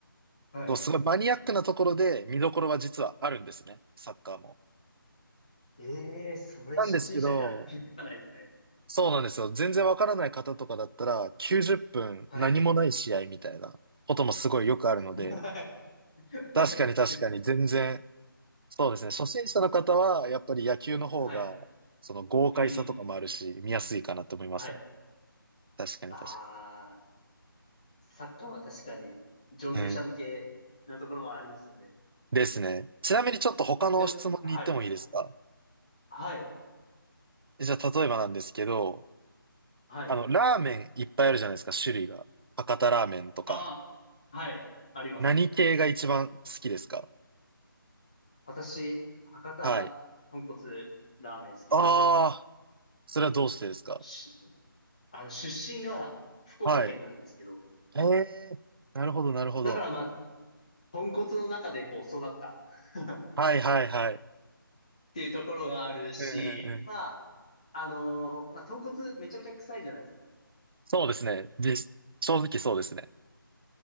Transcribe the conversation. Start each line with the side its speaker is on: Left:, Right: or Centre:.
Left: はい
Right: こうすごいマニアックなところで見どころは実はあるんですね、サッカーも。
Left: ええー、それ初心者じゃ気づかないですね。
Right: なんですけど、そうなんですよ。全然わからない方とかだったら、90分何もない試合みたいなこともすごいよくあるので、
Left: はい。<laughs> は
Right: 確かに確かに全然、
Left: い
Right: そうですね。初心者の方は、やっぱり野球の方が、
Left: はい。
Right: その豪快さとかもあるし、
Left: うん。
Right: 見やすいかなと思いますね。
Left: はい。
Right: 確かに確
Left: ああ、サッカーは確かに上級者向けなところはありますよね。
Right: かに。うん。ですね。ちなみにちょっと他の質問に行ってもいいですか
Left: でも、はい。はい。
Right: じゃあ、例えばなんですけど、
Left: はい。
Right: あの、ラーメンいっぱいあるじゃないですか、種類が。博多ラーメンとか。
Left: ああ、はい。あります。
Right: 何系が一番好きですか
Left: 私、博多豚骨
Right: はい。
Left: ラーメン好きです。
Right: ああ、それはどうしてですか
Left: し、あの、出身が福岡県なんですけど、
Right: はい。へえ、なるほど、なるほど。
Left: だからまあ、豚骨の中でこう育った <laughs> っ
Right: はい、はい、はい。
Left: ていうところがあるし、
Right: うんうんうん。
Left: まあ、あのーまあ、豚骨めちゃめちゃ臭いじゃないですか。
Right: そうですね。で、正直そうですね。